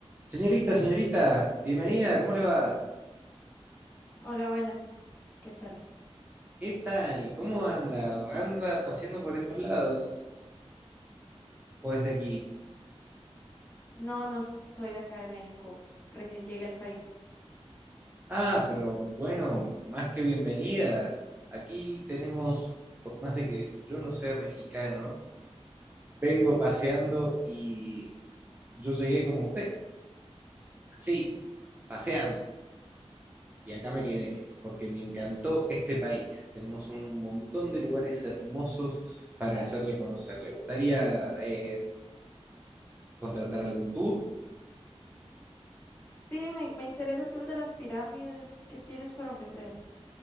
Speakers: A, on the right; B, on the left.
A: Señorita, señorita, bienvenida, ¿cómo le va?
B: Hola, buenas. ¿Qué tal?
A: ¿Qué tal? ¿Cómo anda? ¿Anda paseando por estos lados? ¿O desde aquí?
B: No, no soy de acá de México. Recién llegué al país.
A: Ah, pero bueno, más que bienvenida. Aquí tenemos, por más de que yo no sea mexicano, vengo paseando y yo llegué como usted, así, paseando. Y acá me quedé, porque me encantó este país. Tenemos un montón de lugares hermosos para hacerle conocer. ¿Le gustaría eh, contratar algún tour?
B: Sí, me, me interesa el tour de las pirámides. ¿Qué tienes para ofrecer?